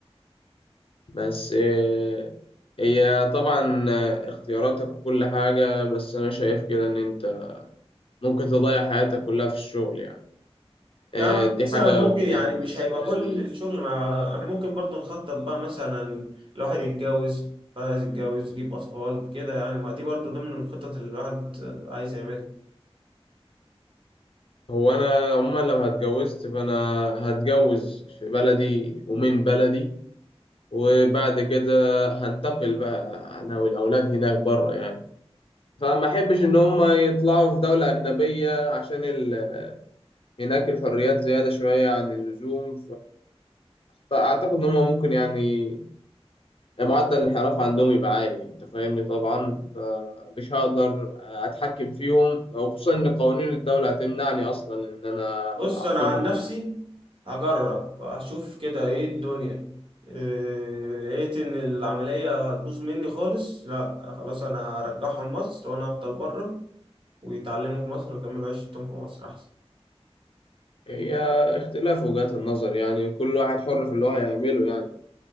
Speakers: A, on the left; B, on the right.
A: بس آه، هي طبعا آه، اختياراتك وكل حاجة بس أنا شايف كده إن أنت ممكن تضيع حياتك كلها في الشغل يعني آه،
B: لا أنا
A: دي
B: مثلا
A: حاجة
B: ممكن
A: بالنسبة
B: يعني مش هيبقى كل
A: لي
B: الشغل مع احنا ممكن برضو نخطط بقى مثلا الواحد يتجوز بعد عايز يتجوز يجيب أطفال كده يعني ما دي برضو ضمن الخطط اللي الواحد عايز يعملها
A: هو أنا عموما لو هتجوزت فأنا هتجوز في بلدي ومن بلدي وبعد كده هنتقل بقى أنا والأولاد هناك بره يعني فما أحبش إن هما يطلعوا في دولة أجنبية عشان ال... هناك الحريات زيادة شوية عن اللزوم فأعتقد إن هما ممكن يعني معدل الانحراف عندهم يبقى عالي انت فاهمني طبعا فمش هقدر اتحكم فيهم وخصوصا ان قوانين الدولة هتمنعني اصلا ان انا
B: بص
A: اعاقبهم
B: أنا عن نفسي
A: او حاجة.
B: هجرب أشوف كده إيه الدنيا إيه، لقيت إن العملية هتبوظ مني خالص لا خلاص أنا هرجعهم مصر وأنا هفضل بره ويتعلموا في مصر ويكملوا عيشتهم في مصر أحسن
A: هي اختلاف وجهات النظر يعني كل واحد حر في اللي هو هيعمله يعني